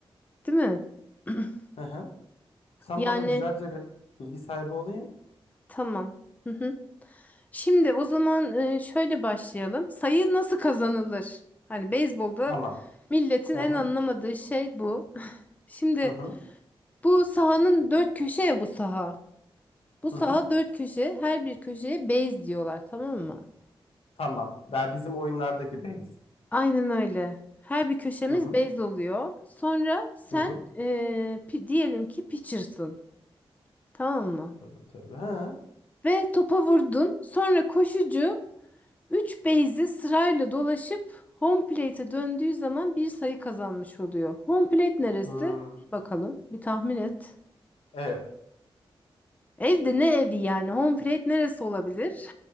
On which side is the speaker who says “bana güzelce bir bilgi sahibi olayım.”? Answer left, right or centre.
Left